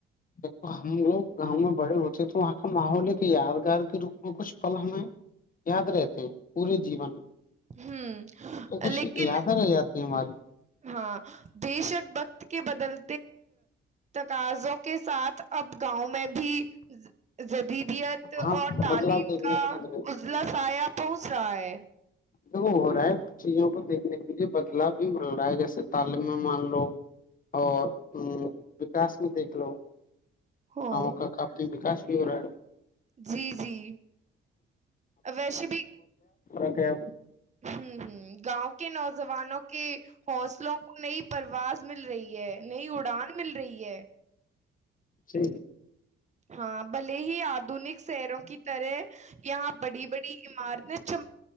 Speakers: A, on the left; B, on the right.
A: دیکھو ہم لوگ گاؤں میں بڑے ہوتے ہیں تو وہاں کا ماحول کہ یادگار کے روپ میں کچھ پل ہمیں یاد رہتے ہیں پورے جیون
B: ہہم
A: تو کچھ
B: لیکن
A: یادیں رہ جاتی ہیں ہماری
B: ہاں بے شک وقت کے بدل تقاضوں کے ساتھ اب گاؤں میں بھی جدیدیت
A: ہاں
B: اور تعلیم
A: بدلاؤ دیکھنے
B: کا
A: کو مل گئی
B: اضلا سایہ پہنچ رہا ہے
A: دیک ہو رہا ہے کچھ چیزوں کو دیکھنے کے لیے بدلاؤ بھی مل رہا ہے جیسے تعلیم میں مان لو اور وکاس میں دیکھ لو
B: ہاں،
A: ہمم کا کاپ کی وکاس پورا
B: جی جی ویسے بھی
A: ر کیا
B: ہوں ہوں گاؤں کے نوجوانوں کے حوصلوں کو نئی پرواز مل رہی ہے نئی اڑان مل رہی ہے
A: صی
B: ہاں بلے ہی یاد آدنک شہروں کی طرح یہاں بڑی بڑی عمارتیں چ